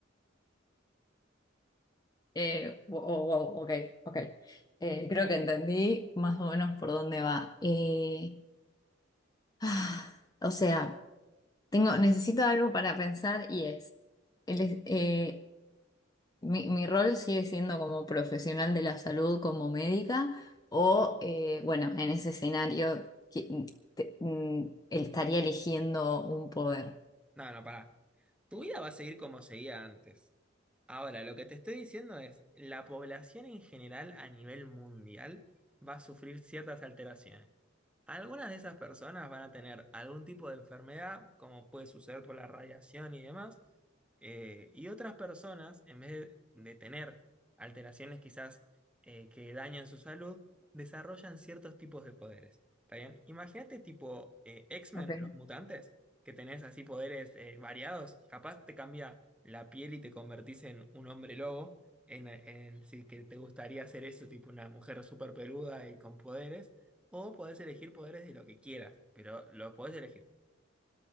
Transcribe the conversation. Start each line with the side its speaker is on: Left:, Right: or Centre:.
Left: Eh, wow, wow, ok, ok. Eh, creo que entendí más o menos por dónde va. Eh, ah, o sea, tengo, necesito algo para pensar y es, el, es- eh, Mi, mi rol sigue siendo como profesional de la salud, como médica, o eh, bueno, en ese escenario qui- te- mm, estaría eligiendo un poder.
Centre: No, no, pará. Tu vida va a seguir como seguía antes. Ahora, lo que te estoy diciendo es, la población en general a nivel mundial va a sufrir ciertas alteraciones. Algunas de esas personas van a tener algún tipo de enfermedad, como puede suceder por la radiación y demás, eh, y otras personas, en vez de, de tener alteraciones quizás eh, que dañan su salud, desarrollan ciertos tipos de poderes. ¿Está bien? Imagínate tipo eh, X-Men,
Left: Ok,
Centre: los mutantes, que tenés así poderes eh, variados, capaz te cambia la piel y te convertís en un hombre lobo, en, en- si que te gustaría hacer eso, tipo una mujer súper peluda y con poderes. O podés elegir poderes de lo que quieras, pero los podés elegir.